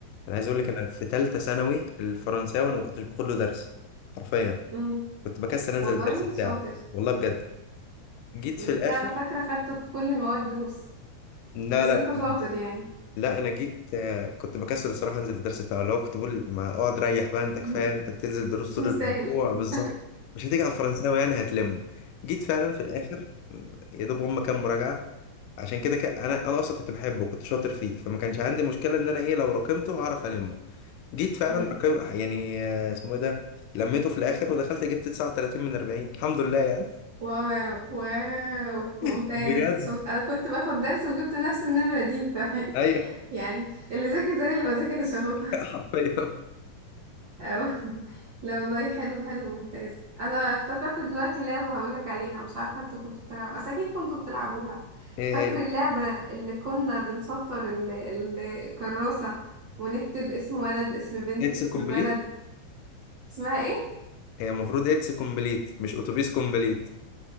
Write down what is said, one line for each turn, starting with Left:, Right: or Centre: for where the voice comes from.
Left: أنا عايز أقول لك أنا في تالتة ثانوي الفرنساوي أنا ما كنتش باخد له درس حرفيا
Right: مم.
Left: كنت بكسل أنزل
Right: والله
Left: الدرس بتاعه
Right: شاطر
Left: والله بجد جيت
Right: يعني
Left: في الآخر
Right: ده انا فاكره خدته في كل المواد دروس
Left: لا
Right: بس
Left: لا
Right: انت شاطر يعني
Left: لا أنا جيت آه، كنت بكسل الصراحة أنزل الدرس بتاعه اللي هو كنت بقول ما أقعد ريح بقى أنت كفاية
Right: <laughs>
Left: أنت بتنزل دروس
Right: مش
Left: طول
Right: مستاهل
Left: الأسبوع بالظبط
Right: <laughs>
Left: مش هتيجي على الفرنساوي يعني هتلمه جيت فعلا في الآخر يا دوب هم كام مراجعة عشان كده ك... انا انا اصلا كنت بحبه كنت شاطر فيه فما كانش عندي مشكله ان انا ايه لو راكمته هعرف المه جيت فعلا
Right: مم.
Left: رقم يعني آه، اسمه ايه ده لميته في الاخر ودخلت جبت 39 من 40 الحمد لله يعني
Right: و و ممتاز
Left: <laughs> بجد
Right: شاطر انا كنت باخد درس وجبت نفس النمره دي ف... <laughs>
Left: ايوه
Right: يعني اللي ذاكر زي اللي ما ذاكرش اهو
Left: <laughs> حرفيا
Right: أو <laughs> لا والله حلو حلو ممتاز انا افتكرت دلوقتي لعبة هقولك عليها مش عارفة انتوا كنتوا بتلعبوا بس اكيد كنتوا بتلعبوها
Left: ايه
Right: فاكر
Left: هي
Right: اللعبة اللي كنا بنسطر ال... ال... الكراسة ونكتب اسم ولد اسم بنت
Left: اتس
Right: اسم
Left: كومبليت
Right: بلد اسمها ايه
Left: هي المفروض اتس كومبليت مش اتوبيس كومبليت